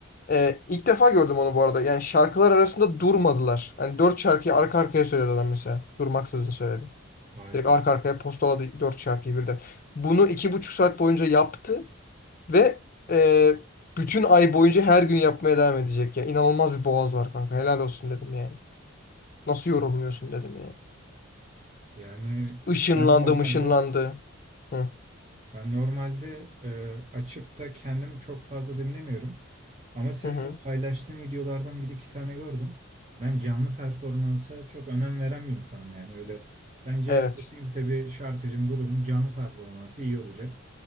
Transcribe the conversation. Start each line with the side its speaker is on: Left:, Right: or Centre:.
Left: eee, ilk defa gördüm onu bu arada. Yani şarkılar arasında durmadılar. Yani dört şarkıyı arka arkaya söyledi adam mesela. Durmaksızın söyledi.
Right: Vay
Left: Direkt
Right: be.
Left: arka arkaya postaladı 4 şarkıyı birden. Bunu iki buçuk saat boyunca yaptı ve e, bütün ay boyunca her gün yapmaya devam edecek ya. İnanılmaz bir boğaz var kanka. Helal olsun dedim yani. Nasıl yorulmuyorsun dedim yani.
Right: Yani
Left: Işınlandı
Right: ben normalde
Left: mışınlandı. Hı
Right: Ben normalde e, açıp da kendim çok fazla dinlemiyorum. Ama senin
Left: hı. hı.
Right: o paylaştığın videolardan bir iki tane gördüm. Ben canlı performansa çok önem veren bir insanım yani öyle. Bence
Left: Evet.
Right: kesinlikle bir şarkıcının grubun canlı performansı iyi olacak.